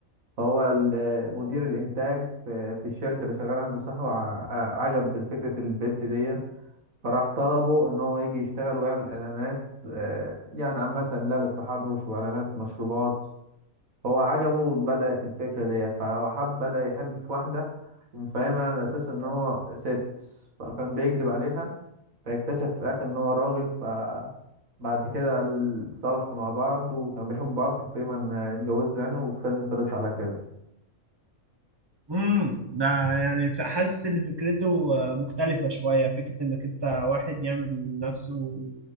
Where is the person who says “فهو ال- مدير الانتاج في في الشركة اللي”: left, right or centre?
Right